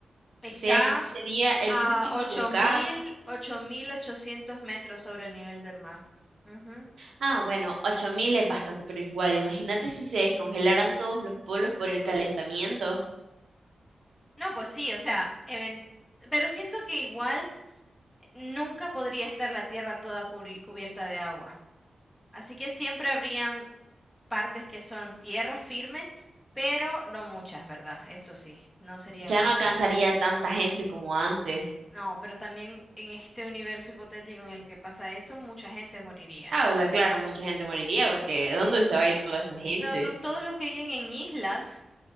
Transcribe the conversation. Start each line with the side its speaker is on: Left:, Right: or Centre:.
Left: Está
Right: O sea que ese sería el
Left: A
Right: último
Left: ocho
Right: lugar.
Left: ocho mil ocho mil ochocientos metros sobre el nivel del mar. Ujú.
Right: Ah, bueno, 8000 es bastante, pero igual, imagínate si se descongelaran todos los polos por el calentamiento.
Left: No, pues sí, o sea, even- pero siento que igual nunca podría estar la Tierra toda cubri- cubierta de agua. Así que siempre habrían partes que son tierra firme, pero no muchas, ¿verdad? Eso sí, no serían
Right: Ya no
Left: muchas.
Right: alcanzaría tanta gente como antes.
Left: No, pero también en este universo hipotético en el que pasa eso, mucha gente moriría.
Right: Ah, hola, claro, mucha gente moriría porque ¿de dónde se va a ir toda esa gente?
Left: Claro, to- todos los que viven en islas